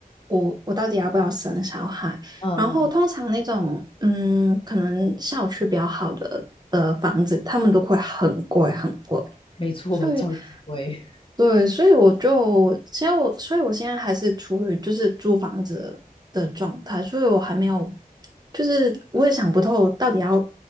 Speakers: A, on the right; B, on the left.
A: 我我到底要不要生小孩，
B: 嗯嗯嗯，
A: 然后通常那种嗯可能校区比较好的的房子，他们都会很贵很贵，
B: 没错，
A: 所以
B: <laughs> 超级贵。
A: 对，所以我就现在我，所以我现在还是处于就是租房子的状态，所以我还没有，就是我也想不透到底要